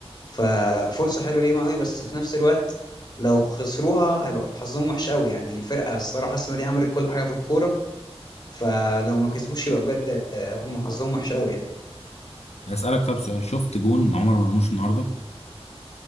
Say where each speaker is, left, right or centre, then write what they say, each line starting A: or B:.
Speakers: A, on the left; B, on the left.
A: ففرصة حلوة ليهم قوي بس في نفس الوقت لو خسروها هيبقى حظهم وحش قوي يعني الفرقة الصراحة السنة دي عملت كل حاجة في الكورة فلو ما كسبوش يبقى بجد آه، هم حظهم وحش قوي يعني
B: هسالك طب سؤال شفت جون عمر مرموش النهارده